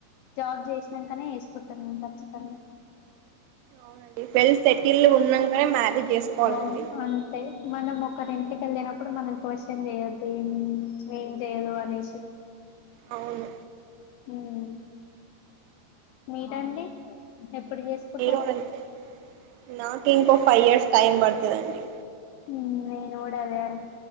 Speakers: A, on the left; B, on the right.
A: జాబ్ చేసినాకనే వేసుకుంటాను నేను ఖచ్చితంగా
B: అవునండి వెల్ సెటిల్ ఉన్నాకనే మ్యారేజ్ చేసుకోవాలండి
A: అవును అంతే మన ఒకరి ఇంటికి వెళ్ళినప్పుడు మనం క్వశ్చన్ చేయొద్దు ఏ ఏం చేయదు అనేసి
B: అవును
A: హ్మ్మ్ మీదండి ఎప్పుడు చేసుకుంటారు
B: నేను
A: <inaudible>
B: అంతే నాకు ఇంకో ఫైవ్ ఇయర్స్ టైం పడుతదండి
A: అను